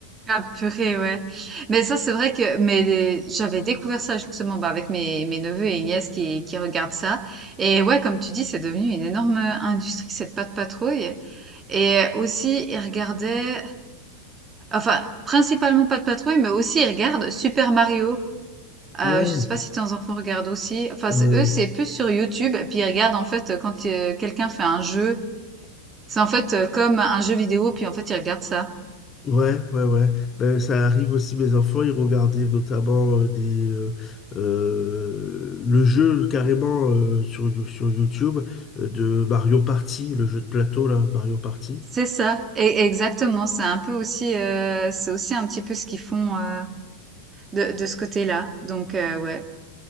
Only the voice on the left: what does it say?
Ouais,
euh,
ouais, ouais, ouais. Ben, ça arrive aussi, mes enfants, ils regardaient notamment euh, des, euh, euh, le jeu carrément euh, sur, You- sur YouTube euh, de Mario Party, le jeu de plateau, là, Mario Party.